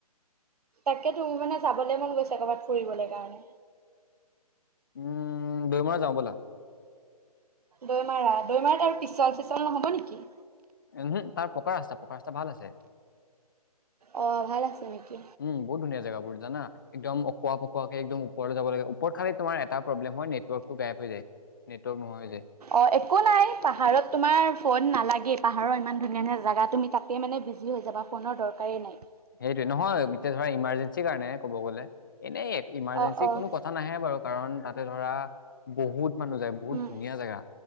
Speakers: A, on the right; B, on the left.
A: তাকে তুমি মানে যাবলৈ মন গৈছা কৰবাত ফুৰিবলৈ কাৰণে,
B: উম দুইমাৰত যাওঁ ব'লা
A: দৈমাৰা দৈমাৰাত আৰু পিছল চিচল নহব নেকি?
B: উমহ তাৰ প পকা ৰাস্তা পকা ৰাস্তা ভাল আছে।
A: অ ভাল আছে নেকি?
B: উম বহুত ধুনীয়া জেগাবোৰ জানা একদম অকোৱা পকুৱাকে ওপৰলৈ যাব লাগে ওপৰত খালি তোমাৰ এটা প্ৰব্লেম হয় নেটৱৰ্ক টো বেপ হৈ যায় নেটৱৰ্ক নহ হৈ যায়।
A: অ একো নাই পাহাৰত তোমাৰ ফোন নালাগে। পাহাৰৰ ইমান ধুনীয়া ধুনীয়া জাগা তুমি তাতে মানে যি হৈ যাবা, ফোনৰ দৰকাৰেই নাই।
B: সেইটোয়ে। নহয়, এতিয়া ধৰা ইমাৰ্জেঞ্চিৰ কাৰণে কব গ'লে। এনেই ইমাৰ্জেঞ্চিৰ
A: অ', অ'।
B: কোনো কথা নাহে বাৰু কাৰণ তাত ধৰা বহুত মানুহ যায় বহুত
A: উম,
B: ধুনীয়া জেগা।